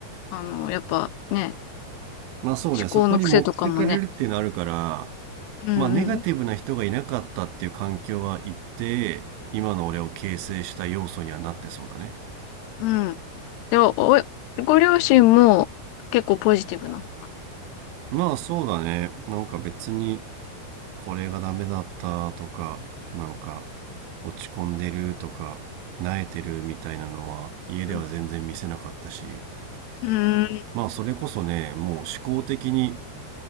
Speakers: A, on the left; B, on the right.
A: あの、やっぱね、
B: まあそうねそこに持ってかれるっていうのあるから
A: 思考の癖とかもね。うん
B: まあネガティブな人がいなかったっていう環境は一定今の俺を形成した要素にはなってそうだね
A: うん。うん。でも、お、ご両親も結構ポジティブな。
B: まあそうだね。なんか別にこれがダメだったとか、なんか落ち込んでるとか、萎えてるみたいなのは家では全然見せなかったし、
A: うん。うーん。
B: まあそれこそね、もう思考的に